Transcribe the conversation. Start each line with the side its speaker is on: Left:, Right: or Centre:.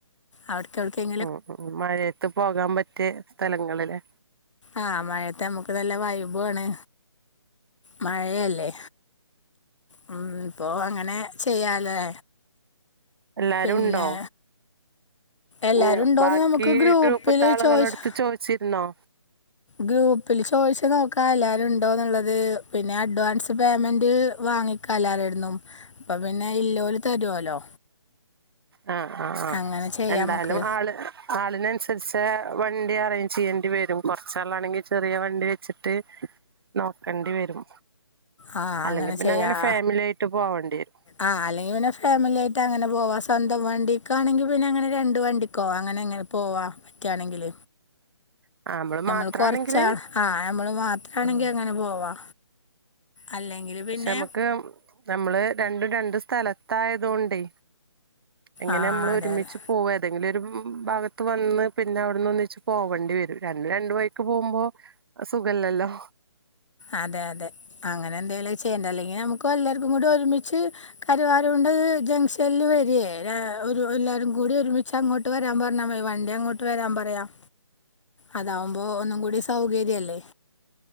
Left: അവടക്കവടിൻ
Right: മ്ഹ് മ്ഹ് മഴയത്ത് പോകാൻ പറ്റിയ സ്ഥലങ്ങളില്ലെ
Left: ആഹ് മഴത്തെ നമ്മുക്ക് നല്ല വൈബുവാണ് മഴയല്ലേ മ്ഹ് അപ്പോൾ അങ്ങനെ ചെയ്യാലേ?
Right: എല്ലാരും
Left: പിന്നെ
Right: ഉണ്ടോ?
Left: എല്ലാരും
Right: മ്ഹ്
Left: ഉണ്ടോന്ന്
Right: ബാക്കി
Left: നമുക്ക് ഗ്രൂപ്പില്
Right: ഗ്രൂപ്പത്തെ ആളുകളടുത്ത്
Left: ചോയ്ച്ച്
Right: ചോദിച്ചിരുന്നോ?
Left: ഗ്രൂപ്പിൽ ചോദിച്ച നോക്കാ എല്ലാവരും ഉണ്ടോന്നുള്ളത് പിന്നെ അഡ്വാൻസ് പേയ്മെന്റ് വാങ്ങിക്ക ക ല്ലാരുടുന്നും അപ്പം പിന്നെ ഇല്ലോരു തരുല്ലോ
Right: ആഹ ആഹ ആ
Left: അങ്ങനെ ചെയ്യാം
Right: എന്താലും
Left: നമുക്ക്
Right: ആള് ആളിനനുസരിച്ച് വണ്ടി അറേഞ്ച് ചെയ്യേണ്ടി വരും. കുറച്ചാളാണെങ്കിൽ. ചെറിയ വണ്ടി വെച്ചിട്ട് നോക്കേണ്ടി വരും.
Left: ആ
Right: അല്ലെങ്കി പിന്നെ
Left: ചെയ്യാം
Right: അങ്ങനെ ഫാമിലി ആയിട്ട് പോവേണ്ടിരും.
Left: ആ അല്ലെങ്കിൽ പിന്നെ ഫാമിലി ആയിട്ടങ്ങനെ പോവാ. സ്വന്തം വണ്ടിക്കാണെങ്കിൽ പിന്നെ അങ്ങനെ രണ്ട് വണ്ടിക്കോവാ അങ്ങനങ്ങനെ.. പോവാ പറ്റയാണെങ്കിൽ.
Right: ആഹ് നമ്മള്
Left: നമ്മൾ
Right: മാത്രാണെങ്കില്
Left: കൊറച്ച ആ നമ്മൾ മാത്ര ആണെങ്കി
Right: ആഹ്
Left: അങ്ങനെ പോവാ അല്ലെങ്കിൽ
Right: പക്ഷെ
Left: പിന്നെ
Right: നമ്മുക്ക് നമ്മള് രണ്ടും രണ്ട് സ്ഥലത്തായത് കൊണ്ടേ. എങ്ങനെ
Left: ആ
Right: നമ്മൾ
Left: അതെ
Right: ഒരുമിച്ച്
Left: അതെ
Right: പോവ ഏതെങ്കിലും ഒരു ഭാഗത്ത് വന്ന് പിന്നെ അവിടുന്ന് ഒന്നിച്ച് പോവേണ്ടി വരും. രണ്ട്, രണ്ടു വയിക്ക് പോകുമ്പോ സുഖല്ലല്ലോ?
Left: അതെ അതെ അങ്ങനെ എന്തേങ്കിലും ചെയ്യണ്ട. അല്ലെങ്കിൽ നമുക്ക് എല്ലാവർക്കും കൂടി ഒരുമിച്ച് കരുവാര തുണ്ട് ജംഗ്ഷനിൽ വരിയേ എല്ലാവാരും കൂടി ഒരുമിച്ച് അങ്ങോട്ട്- ഇട്ട് വരാൻ പറഞ്ഞാ മേ വണ്ടി അങ്ങോട്ട് വരാൻ പറയാം. അതാവുമ്പോ ഒന്നും കൂടി സൗകര്യല്ലേ.